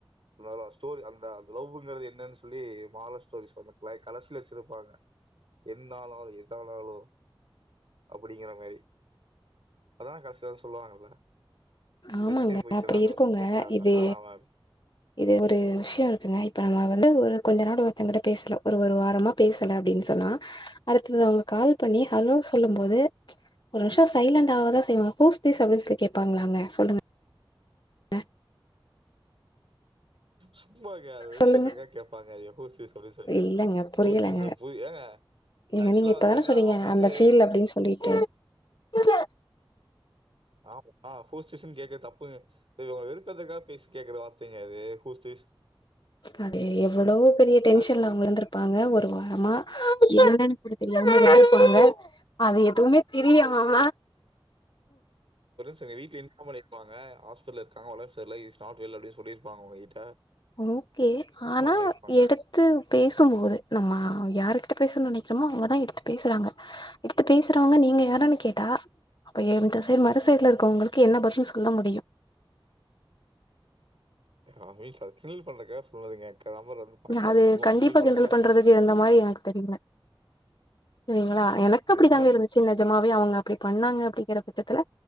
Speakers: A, on the right; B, on the left.
A: லாலா ஸ்டோரி அந்த அந்த லவ்வுங்குறது என்னன்னு சொல்லி மால ஸ்டோரி <unintelligible> கடைசில வெச்சுருப்பாங்க என்னனாலு எதனாலு அப்டிங்கற மாரி அதா கடைசியிலதா சொல்லுவாங்கல்ல செத்தே
B: ஆமாங்க
A: போயிட்டேன்
B: அப்டி
A: நான்
B: இருக்குங்க
A: ஒரு செகண்ட்ல அந்த
B: இது
A: காணாம
B: இது ஒரு விஷ்ய இருக்குங்க இப்ப நம்ம வந்து ஒரு கொஞ்ச நாள் ஒருத்தங்கிட்ட பேசல ஒரு ஒரு வாரமா பேசல அப்டின் சொன்னா அடுத்தது அவங்க கால் பண்ணி ஹலோஸ் சொல்லும் போது ஒரு வம்ஷோ சைலண்ட் ஆகதா செய்வாங்க ஹுஸ் திஸ் அப்டின் சொல்லி கேப்பாங்களாங்க சொல்லுங்க ங்க
A: சும்மாக்க அது வெறுப்பேத்ரக்கா
B: சொல்லுங்க
A: கேப்பாங்க அதிகோ ஊசி சொல்லி சொல்ட்டு
B: இல்லங்க புரியலங்க
A: ஊசி சொ பு ஏங்க
B: ஏங்க
A: ஆக்சுவலா
B: நீங்க இப்பதான
A: வந்து என்ன
B: சொன்னீங்க
A: அவங்க வந்து
B: அந்த பீல் அப்டின் சொல்லிட்டு புரில
A: ஆமாங்க அ ஹூஸ் திஸ்னு கேக்குறது தப்புங்க இது அவங்கள வெருப்பேத்துறத்துக்காக பேசி கேக்குற வார்த்தைங்க அது ஹூஸ் திஸ்
B: அது எவ்வளவோ பெரிய டென்ஷன்ல
A: அது
B: அவங்க இருந்துருப்பாங்க ஒர் ஒரு வாரமா என்னன் சொல்லி தெரியாம இருந்துருப்பாங்க அது எதுமே தெரியாம
A: ஒருத்தவங்க வீட்ல இன்ஃபார்ம் பண்ணிருப்பாங்க ஹாஸ்பிட்ல இருக்காங்க ஒடம் செர்ல ஹி ஸ்டார்ட் வெல் அப்டின் சொல்லிருப்பாங்க அவங்க எயிடு
B: ஓகே ஆனா
A: பண்ணியிருப்பாங்க.
B: எடுத்து பேசும்போது நம்ம யாருக்கு ட பேச நெனைக்கிறமோ அவங்கதா எடுத்து பேசுறாங்க எடுத்து பேசுறவங்க நீங்க யாறுன்னு கேட்டா அப்ப எந்த சைடு மறு சைடுல இருக்கவங்களுக்கு என்ன பதில் சொல்ல முடியு
A: அதுவே சட்னி பண்றக்காக சொன்னதுங்க க- நம்பர் வந்து பாக்க
B: அது
A: சும்மா
B: கண்டிப்பா
A: பண்றதுக்காக
B: கிண்டல் பண்றதுக்கு
A: சொன்னேன்.
B: இந்த மாரி எனக்கு தெரியில சரிங்களா எனக்கு
A: இது
B: அப்டி
A: என்ன
B: தாங்க இருந்துச்சு நெஜமாவே அவங்க அப்டி பண்ணாங்க கெடைக்குற பச்சத்ல